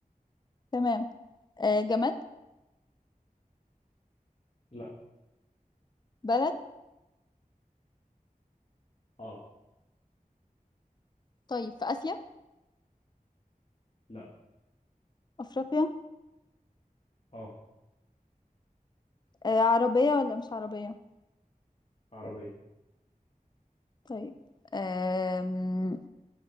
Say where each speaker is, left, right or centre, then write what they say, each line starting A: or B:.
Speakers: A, on the left; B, on the left.
A: تمام آه جماد
B: لا
A: بلد
B: اه
A: طيب في آسيا
B: لا
A: أفريقيا
B: اه
A: آه عربية ولا مش عربية
B: عربية
A: طيب آم...